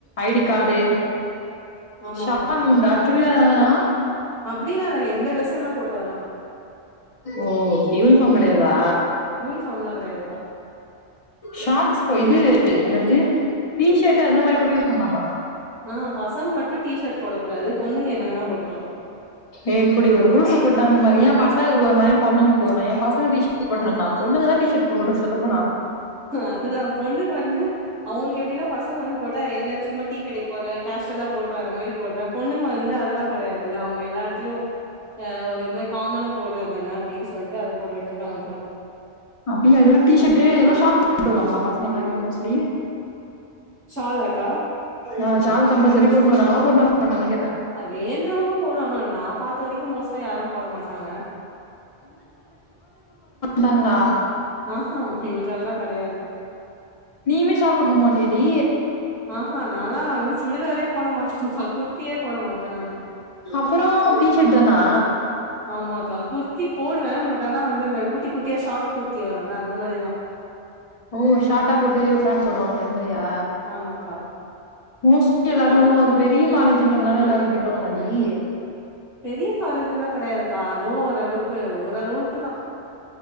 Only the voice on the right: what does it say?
ஆமாக்கா
அப்டிலா இல்ல எந்த <unintelligible>
யூனிஃபார்ம்லா கெடையாதுக்கா
ஆ பசங்க மட்டு டீஷர்ட் போடக் கூடாது பொண்ணுங்க என்ன வேனா போட்டுக்கலா
அதுதா பொண்ணுங்க வந்து அவங்களுக்கு எப்டின்னா பசங்க வந்து போட்டா என்ன சும்மா டீ கிடைக்கு போற கேஷுவலா போட்டு வர மாரி போடுற பொண்ணுங்க வந்து அதெல்லா கடையாதுல்ல அவங்க எல்லாட்த்துலயு அ இது மாரி காமனா போடுறதுதானே அப்டின்னு சொல்லிட்டு அத போட விட்டுருக்காங்க போல
சாலாக்கா
அ வேன்றவங்க போடுவாங்க நா பாத்த வரைக்கு மோஸ்ட்டா யாரு போட மாட்டாங்க
ஆஹா எங்களுக்கு அதெல்லா கெடையாது
ஆஹா நா வந்துச் சுடிதாரே போட மாட்டே <unintelligible> குர்த்தியே போட மாட்டே நானு
ஆமாக்கா குர்த்தி போடுவே பட் ஆனா வந்து அந்த குட்டி குட்டியா ஷார்ட் குர்த்தி அது இந்த மாரிதா
ஆமாக்கா
பெரிய காலேஜ் எல்லா கெடையாதுக்கா அதுவு ஓரளவுக்கு ஓரளவுக்கு தா